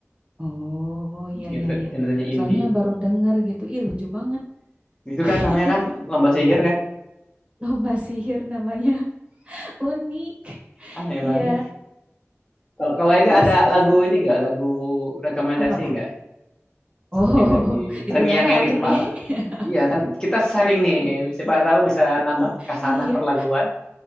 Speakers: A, on the right; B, on the left.
A: Oh, ya,
B: Genre
A: ya, ya.
B: genrenya
A: Soalnya
B: indie.
A: baru denger gitu. Ih, lucu banget.
B: Itu
A: <laughs>
B: kan namanya kan lomba sihir kan.
A: Lomba sihir namanya. <laughs> Unik.
B: Aneh
A: Iya.
B: banget. Kalau kalau Ega
A: Terus
B: ada lagu ini nggak, lagu rekomendasi
A: apa, Kak?
B: nggak
A: Oh,
B: yang lagi
A: <laughs>
B: terngiang
A: ditanya balik
B: yang di kepala?
A: nih. <laughs>
B: Iya kan kita sharing nih, siapa tahu bisa nambah kasanah
A: Iya,
B: perlaguan.